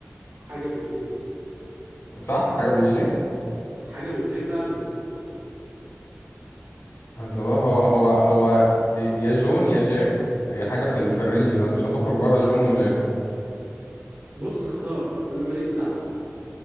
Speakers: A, on the right; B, on the left.
A: حاجه بالجي
B: صح حاجة بالجي
A: حاجه بالجي فعلا
B: سواء هو هو هو يا جون يا جاك هي حاجة في ال- في الرينج ده مش هتخرج بره جون وجاك
A: بص اختار انا ماليش دعوة